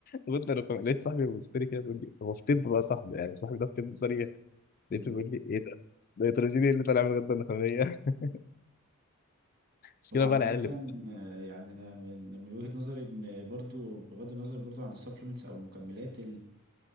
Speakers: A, on the left; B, on the right.
A: وانت انا فاهم- لقيت صاحبي بيبص لي كده بيقول لي هو في طب بقى صاحبي يعني صاحبي ده في طب صريح
B: آه.
A: لقيته بيقول لي ايه ده؟ ده نيتروجيني اللي طالع من الغده النخاميه <laughs> المشكله
B: هو عامة
A: بقى العيال اللي
B: آه، يعني أنا من من وجهة نظري إن برضو بغض النظر برضو عن السبلمنتس أو المكملات